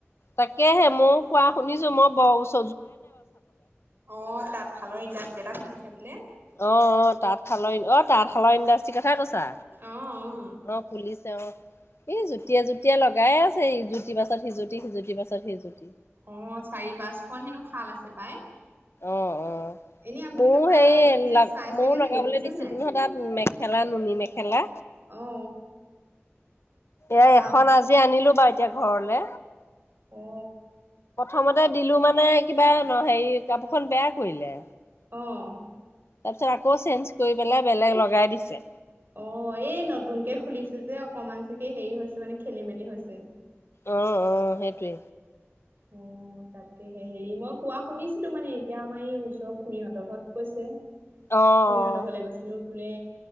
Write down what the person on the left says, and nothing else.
তাকেহে মইও কোৱা শুনিছো। মই ব ওচ
অ অ তাঁত শালৰ ই অ তাত শালৰ ইণ্ডাচ টি কথাই কৈছা
অ খুলিছে অ এই জুতিয়ে জুতিয়ে লগাই আছে ইজুতি পাছত সিজুতি সিজুতি পাছত সিজুতি
অ অ
বৌ
হেই
ল
ময়ও
লগাবলৈ
দিছিলো
নহয় তাত মেখেলা নুনী মেখেলা
এ
এখন আজি আনিলো বাইদ এতিয়া ঘৰলে
প্ৰথমতে দিলো মানে কিবা ন হেৰি কাপোৰখন বেয়া কৰিলে
তাৰ পিছত আকৌ চেঞ্জ কৰি পেলাই বেলেগ লগাই দিছে
অ অ সেইটোৱে
অ', অ'।